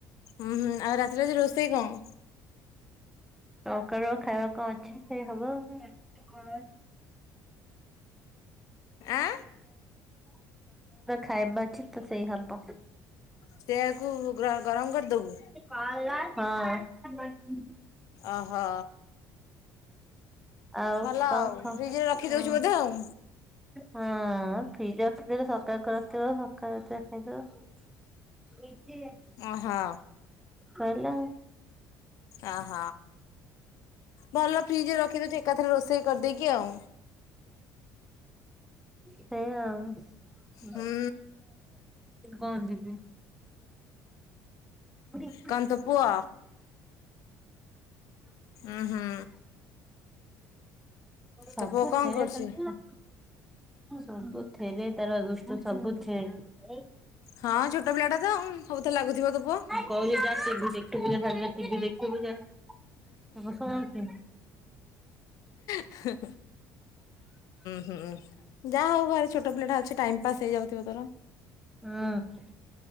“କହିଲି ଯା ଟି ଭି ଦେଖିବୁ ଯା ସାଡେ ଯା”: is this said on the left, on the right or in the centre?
Centre